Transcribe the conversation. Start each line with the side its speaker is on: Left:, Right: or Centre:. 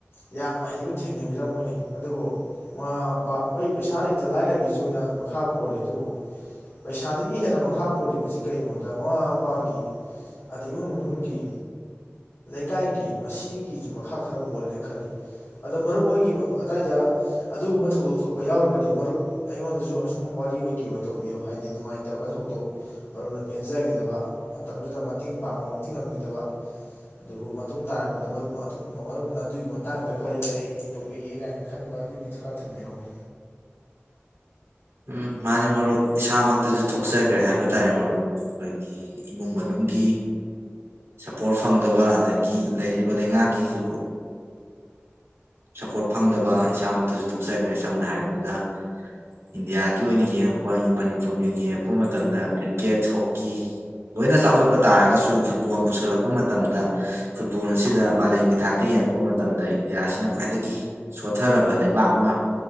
Left: ꯌꯥꯝꯅ ꯍꯩꯕ ꯊꯦꯡꯅꯕꯤꯔꯝꯒꯅꯤ ꯑꯗꯨꯕꯨ ꯃꯃꯥ ꯃꯄꯥ ꯍꯣꯏ ꯄꯩꯁꯥ ꯂꯩꯇ ꯂꯥꯏꯔꯒꯤꯁꯨ ꯌꯥꯝꯅ ꯃꯈꯥ ꯄꯣꯜꯂꯤ ꯑꯗꯨꯕꯨ ꯄꯩꯁꯥꯗꯒꯤ ꯍꯦꯟꯅ ꯃꯈꯥ ꯄꯣꯜꯂꯤꯕꯁꯤ ꯀꯩꯅꯣꯗ ꯃꯃꯥ ꯃꯄꯥꯒꯤ ꯑꯗꯩ ꯏꯃꯨꯡ ꯃꯅꯨꯡꯒꯤ ꯏꯀꯥꯏꯒꯤ ꯃꯁꯤꯒꯤꯁꯨ ꯃꯈꯥ ꯈꯔ ꯄꯣꯜꯂꯦꯅ ꯈꯜꯂꯤ ꯑꯗꯣ ꯃꯔꯨꯞ ꯑꯣꯏꯒꯤ ꯑꯗꯨꯗꯥꯏꯗ ꯑꯗꯨꯒꯨꯝꯕ ꯊꯧꯗꯣꯛ ꯊꯣꯛꯄ ꯌꯥꯎꯔꯒꯗꯤ ꯃꯔꯨꯞ ꯑꯩꯉꯣꯟꯗꯁꯨ ꯑꯁꯨꯝ ꯋꯥꯔꯤ ꯑꯣꯏ ꯀꯩ ꯑꯣꯏ ꯇꯧꯕꯤꯌꯨ ꯍꯥꯏꯗꯤ ꯅꯨꯡꯉꯥꯏꯇꯕ ꯊꯧꯗꯣꯛ ꯃꯔꯨꯞꯅ ꯄꯦꯟꯖꯈꯤꯗꯕ ꯃꯇꯝꯗꯨꯗ ꯃꯇꯦꯡ ꯄꯥꯡꯕꯃꯛꯇꯤ ꯉꯝꯈꯤꯗꯕ ꯑꯗꯨꯕꯨ ꯃꯇꯨꯡ ꯇꯥꯔꯛꯄꯗ ꯃꯔꯨꯞꯅ ꯑꯗꯨꯒꯤ ꯃꯇꯥꯡꯗ ꯀꯔꯤ ꯀꯔꯤ ꯇꯧꯕꯤꯒꯦ ꯀꯥꯏꯅ ꯈꯟꯕ ꯑꯗꯨꯒꯤ ꯈꯔ ꯊꯝꯕꯤꯔꯛꯅꯤ
Right: ꯎꯝ ꯃꯥꯅꯤ ꯃꯔꯨꯞ ꯏꯁꯥꯃꯛꯇꯁꯨ ꯊꯣꯛꯆꯈ꯭ꯔꯦ ꯍꯥꯏꯕ ꯇꯥꯔꯦ ꯃꯔꯨꯞ ꯑꯩꯈꯣꯏꯒꯤ ꯏꯃꯨꯡ ꯃꯅꯨꯡꯒꯤ ꯁꯄꯣꯔꯠ ꯐꯪꯗꯕ ꯑꯗꯒꯤ ꯂꯩꯔꯤꯕ ꯂꯩꯉꯥꯛꯀꯤꯁꯨ ꯁꯄꯣꯔꯠ ꯐꯪꯗꯕ ꯏꯁꯥꯃꯛꯇꯁꯨ ꯊꯣꯛꯆꯈ꯭ꯔꯦ ꯁꯝꯅ ꯍꯥꯏꯔꯕꯗ ꯏꯟꯗꯤꯌꯥꯒꯤ ꯑꯣꯏꯅ ꯌꯦꯡꯉꯛꯄ ꯃꯅꯤꯄꯨꯔꯒꯤ ꯑꯣꯏꯅ ꯌꯦꯡꯉꯛꯄ ꯃꯇꯝꯗ ꯀ꯭ꯔꯤꯛꯀꯦꯠ ꯍꯣꯛꯀꯤ ꯂꯣꯏꯅ ꯆꯥꯎꯈꯠꯄ ꯇꯥꯔꯒꯁꯨ ꯐꯨꯠꯕꯣꯜ ꯄꯨꯁꯜꯂꯛꯄ ꯃꯇꯝꯗ ꯐꯨꯠꯕꯣꯜ ꯑꯁꯤꯗ ꯃꯥꯂꯦꯝꯒꯤ ꯊꯥꯛꯇ ꯌꯦꯡꯉꯛꯄ ꯃꯇꯝꯗ ꯏꯟꯗꯤꯌꯥꯁꯤꯅ ꯈ꯭ꯋꯥꯏꯗꯒꯤ ꯁꯣꯊꯔꯕ ꯂꯩꯕꯥꯛ ꯑꯃ